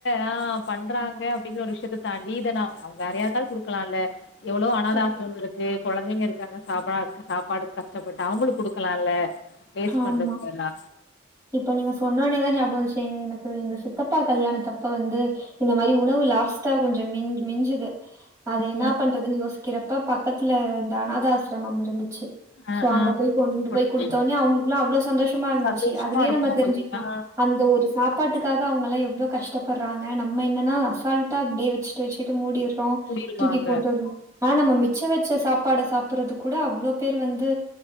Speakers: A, on the left; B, on the right.
A: ஆ பண்றாங்க
B: ஆமா,
A: அப்டிங்கிற ஒரு விஷயத்த தாண்டி இத நா வேறயார்க்காது குடுக்கலால எவ்ளோ அனாதாசரம்
B: கண்டிப்பா.
A: இருக்கு கொழந்தைங்க இருக்காங்க சாப்டா இரு சாப்பாடுக் கஷ்டப்பட்டு அவங்ளுக்கு குடுக்கலால்ல வேஸ்ட்
B: ஆம்மா
A: பண்றதுக்கு பதிலா
B: இப்ப நீங்க சொன்னோனேதா ஞாபம் வந்துச்ச எனக்கு எங்க சித்தப்பா கல்யாண தப்ப வந்து இந்த மாரி உணவு லாஸ்ட்டா கொஞ்ச மிஞ் மிஞ்சுது அத
A: ம்
B: என்னா
A: ம்
B: பண்றதுனு யோசிக்கிறப்ப பக்கத்துல இந்த அனாத ஆசிரமம் இருந்துச்சு
A: ஆ
B: சோ அங்க
A: ஆ
B: போயி கொண்டு
A: குடுத்துட்டீங்க.
B: போயி குடுத்தோனே அவங்க அவ்ளோ சந்தோஷமா இருந்துச்சு
A: சந்தோஷமா
B: அதுலயே
A: இருக்கு
B: நம்ம
A: அவங்களுக்கு
B: தெரிஞ்சிக்லா
A: ஆ
B: அந்த ஒரு ஒரு சாப்பாட்டுக்காக அவங்கல்லா எவ்ளோ கஷ்டப்படுறாங்க நம்ம என்னன்னா அசால்ட் அப்டியே வெச்சுட்டு வெச்சுட்டு மூடிர்றோ
A: கூடிருவாங்க
B: தூக்கி போட்டுர்றோ ஆனா நம்ம மி ச்ச வெச்ச சாப்பாட சாப்படுறது கூட அவ்ளோ பேர் வந்து